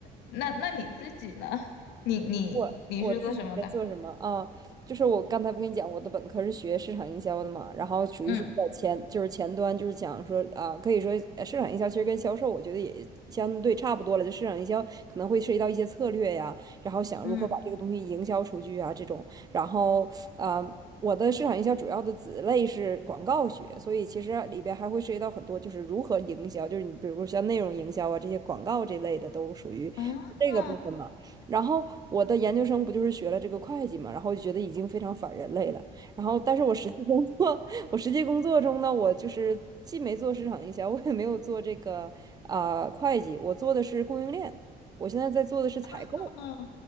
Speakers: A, on the left; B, on the right.
A: 那那你自己呢？你你你是做什么的？
B: 我我自己在做什么啊？就是我刚才不跟你讲，我的本科是学市场营销的嘛，然后属于是比较前，
A: 嗯
B: 就是前端，就是讲说啊，可以说呃市场营销其实跟销售，我觉得也相对差不多了。就市场营销可能会涉及到一些策略呀，然后想如何把这个东西营销出去啊这种。
A: 嗯
B: 然后啊，呃我的市场营销主要的子类是广告学，所以其实里边还会涉及到很多，就是如何营销，就是你比如说像内容营销啊这些广告这类的都属于这个部分嘛。
A: 啊
B: 然后我的研究生不就是学了这个会计嘛，然后就觉得已经非常反人类了。然后，但是我实际工作，<laughs> 我实际工作中呢，我就是既没做市场营销，我也没有做这个啊、会计，我做的是供应链。我现在在做的是采购，
A: 啊，